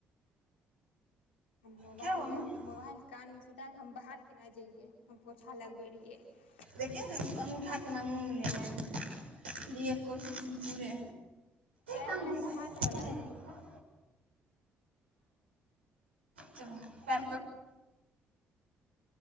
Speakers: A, on the left; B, on the right.
A: हम मोबाइल
B: क्या हुआ मम्मी
A: ले मोबाइल कान मे तक हम बाहर केना जइये हम पोछा लगबे रहियै य
B: लेकिन अङ्गूठाक केना मँग नहि हइ लियैके कोशिश पूरे
A: पैरवला
B: काम देगा।
A: की हाथवला
B: चल प